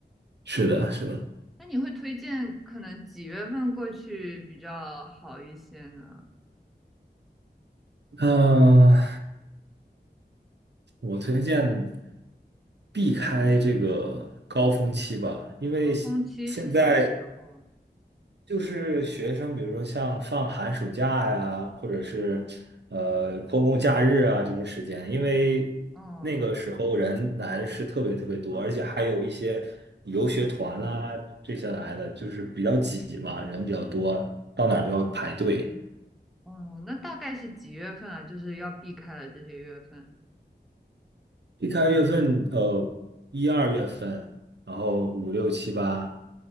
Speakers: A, on the right; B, in the centre.
A: 是的，是的。
B: 那你会推荐可能几月份过去比较好一些呢？
A: 嗯、我推荐避开这个高峰期吧，因为
B: 高峰期是什么时候啊？
A: 现在就是学生，比如说像放寒暑假呀，或者是呃公共假日啊这些时间，因为那个时候人来的是特别特别多，
B: 哦
A: 而且还有一些游学团啊这些来的，就是比较挤嘛，人比较多，到哪儿都要排队。
B: 哦，那大概是几月份啊？就是要避开了这些月份，
A: 避开月份，呃，一二月份，然后五六七八，